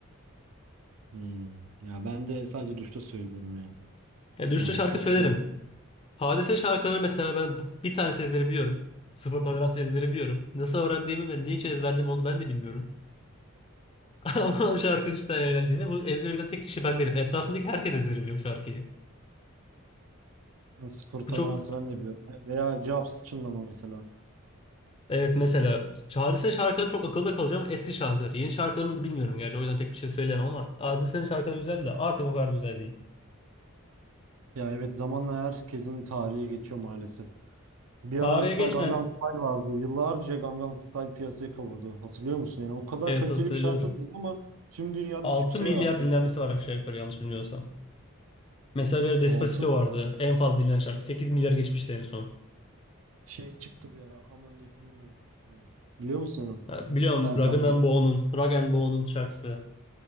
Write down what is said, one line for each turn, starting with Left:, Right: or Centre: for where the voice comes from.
Right: Hmm, Ya ben de sadece duşta söylüyorum ya.
Left: Ya dürüstçe
Right: Yani
Left: şarkı
Right: çok
Left: söylerim.
Right: şey
Left: Hadise şarkıları mesela ben b- bir tanesi ezbere biliyorum. Sıfır tolerans ezbere biliyorum. Nasıl öğrendiğimi ve niçin ezberlediğimi onu ben de bilmiyorum. <laughs> Ama şarkı cidden eğlenceli ve bu ezbere bilen tek kişi ben değilim. Etrafımdaki herkes ezbere biliyor şarkıyı.
Right: sıfır toleransı
Left: Bu çok
Right: ben de biliyorum. Veya cevapsız çınlama mesela.
Left: evet mesela Hadise şarkıları çok akılda kalıcı ama eski şarkıları. Yeni şarkılarını da bilmiyorum gerçi o yüzden pek bir şey söyleyemem ama Hadise'nin şarkıları güzel de artık o kadar güzel değil.
Right: Ya evet zamanla herkesin tarihi geçiyor maalesef. Bir
Left: Tarihe
Right: ara mesela
Left: geçmen
Right: Gangnam Style vardı. Yıllarca Gangnam Style piyasayı kavurdu. Hatırlıyor musun? Yani o kadar
Left: evet
Right: kaliteli
Left: hatırlıyorum.
Right: bir şarkı değildi ama tüm dünyada
Left: 6
Right: sükse
Left: milyar
Right: yarattı.
Left: dinlenmesi
Right: ya şarkı.
Left: var aşağı yukarı yanlış bilmiyorsam. Mesela bir ara Despacito
Right: Altın
Left: vardı. En fazla dinlenen şarkı. 8 milyar geçmişti en son.
Right: şey çıktı bir ara. Among a Human. Hani biliyor musun onu?
Left: Ha, Biliyorum
Right: Ben sadece.
Left: Rag and Bone'un, Rag and Bone'un şarkısı.